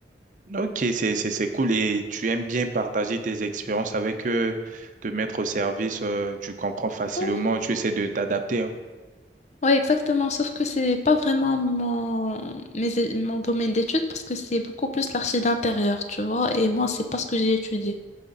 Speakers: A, on the right; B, on the left.
A: OK, c'est, c'est, c'est cool. Et tu aimes bien partager tes expériences avec eux, te mettre au service, euh, tu comprends facilement,
B: Ouais,
A: tu essaies de t'adapter. hein.
B: ouais, exactement. Sauf que c'est pas vraiment mon, mes é- mon domaine d'études parce que c'est beaucoup plus l'archi d'intérieur, tu vois. Et moi, c'est pas ce que j'ai étudié.